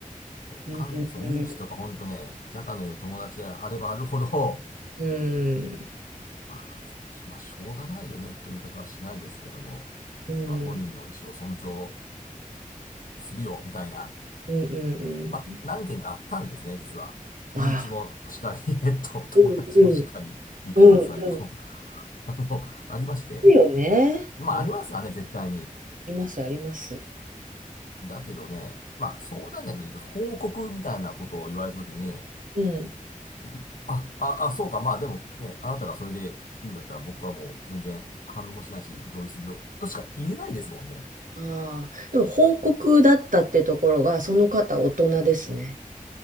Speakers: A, on the left; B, on the right.
A: そう関係、
B: うん、うん、
A: そう、身内とかほんとね、仲の良い友達であればあるほど、
B: うん、
A: <laughs> まあ、しまあ、しょうがないよねという言い方はしないですけども、
B: うん、
A: まあ、本人の意思を尊重するよ、みたいな、
B: うん、
A: まあ、
B: う
A: 何件かあったんですね、実は。身内もしかり、
B: ん。ああ、
A: <laughs> えっと、友達もしかり、
B: うん、うん、
A: 離婚、
B: うん、
A: 再婚、
B: う
A: <laughs> あの、ありまして。
B: ん。いいよね。
A: まあ、
B: あ
A: ありますわね、絶対に。
B: ります、あります。
A: だけどね、まあ相談じゃないけど報告みたいなことを言われたときに、
B: うん。
A: うんあ、あ、あ、そうか、まあでもね、あなたがそれでいいんだったら僕はもう全然反論もしないし、同意するよ、としか言えないですもんね。
B: ああ、でも報告だったってところが、その方大人ですね。